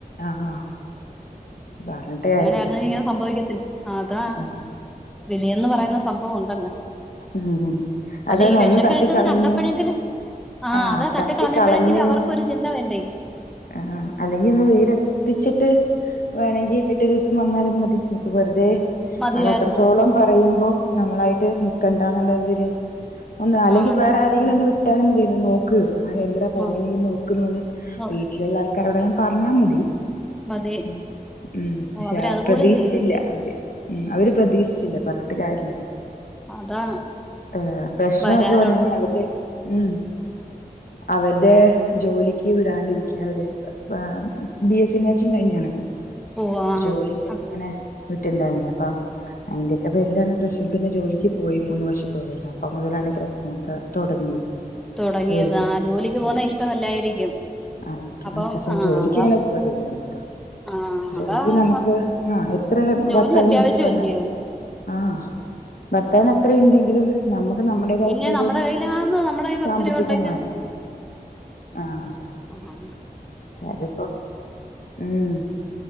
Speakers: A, on the left; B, in the centre.
A: ആഹ് പറഞ്ഞിട്ട് കാര്യല്ലല്ലോ
B: അങ്ങനൊയിര്ന്ന
A: ഇപ്പൊ
B: ഇങ്ങെനെ സംഭവിക്കത്തില്ല അതാ
A: ഉം
B: വിധിയന്ന് പറയുന്ന സംഭവം ഉണ്ടല്ലോ
A: ഉം
B: അല്ല
A: അതാണ്
B: ഈ വെഷം
A: ഒന്ന് തട്ടിക്കളഞ്ഞു
B: കഴിച്ചത് കണ്ടപ്പോഴെങ്കിലു ആ
A: ആഹ്
B: അതാ തട്ടി
A: തട്ടിക്കളഞ്ഞു
B: കളഞ്ഞപ്പോഴെങ്കിലും അവർക്കൊരു ചിന്ത വേണ്ടേ
A: അ ആ അല്ലെങ്കി ഒന്ന് വെ എത്തിച്ചിട്ട് വേണെങ്കി പിറ്റേ ദിവസം വന്നാലും മതി ഇപ്പൊ വെറുതെ
B: മതിയായിരുന്നു
A: ആളത്രത്തോളം പറയുമ്പോ നമ്മളായിട്ട് നിക്കണ്ടാന്ന്ള്ളൊരിതില് ഒന്ന അല്ലങ്കി
B: ആഹ് അതെ
A: വേറെ ആരെങ്കിലൊന്ന് വിട്ടാലും മതിയായിരുന്നു ക്ക് അഹ് എന്തിനാ പോണേ
B: നോ
A: നീ നോക്ക്ന്ന് പർഞ്ഞ
B: നോ
A: വീട്ടില്ള്ള ആൾക്കാരൊടായാലും പർഞ്ഞാമതി
B: മതി
A: ഉം പക്ഷെ
B: ഓഹ് അവരതുപോലും
A: ആ പ്രതീക്ഷിച്ചില്ല
B: ചെയ്തില്ല
A: അവര് ഉം അവര് പ്രതീക്ഷിച്ചില്ല പർഞ്ട്ട് കാര്യല്ല
B: അതാ
A: ആഹ് പ്രശ്നൊക്കെ
B: വരാനുള്ള
A: പർഞ് കഴിഞ്ഞ അവര് ഉം അവര്ടെ ജോലിക്ക് വിടാണ്ടിരിക്ക അവരെ ബാം ബി എ സ്സി നേഴ്സിംഗ് കഴിഞ്ഞാണ്
B: ഓഹ് ആഹ്
A: ജോലി ക്കങ്ങനെ വിട്ട്ണ്ടായിര്ന്നില്ല അപ്പൊ അയിന്റൊക്കെ പേര്ലാണ് പ്രശ്നം പിന്നെ ജോലിക്ക് പോയി മൂന്ന് വർഷത്തൊളായി അപ്പം മുതലാണ് പ്രശ്നങ്ങളോക്കെ തൊടങ്ങീയത്
B: തുടങ്ങിയത്
A: ജോലിക്ക്
B: ആഹ് ജോലിക്ക്
A: ഉം
B: പോകുന്ന ഇഷ്ടമല്ലായിരിക്കും
A: ആയിരിക്കണം
B: അപ്പം
A: പക്ഷെ ആ
B: ആഹ്
A: ജോലി
B: അതാ
A: ക്കിങ്ങനെ പോവാതിരിക്കാൻ പറ്റൊ
B: ആഹ്
A: ജോലി
B: അതാ
A: നമ്മക്ക് ആ എത്ര
B: ജോലി
A: ഭർത്താവിന്ണ്ട്
B: അത്യാവശ്യം
A: പർഞ്ഞാലും
B: ഇല്ലയോ
A: ആഹ് ഭർത്താവിനെത്രയിണ്ടെങ്കിലും നമ്മക്ക് നമ്മടേതായിട്ടുള്ളൊരു
B: പിന്നെ നമ്മുടെ കയ്യിലാന്ന് നമ്മുടെ കയ്യിൽ പത്ത്
A: സാമ്പത്തികം
B: രൂപ ഉണ്ടെങ്കിൽ
A: വാണ്ടേ ആഹ്
B: ആ ഹ
A: ഷെ അത്പ്പൊ ഉം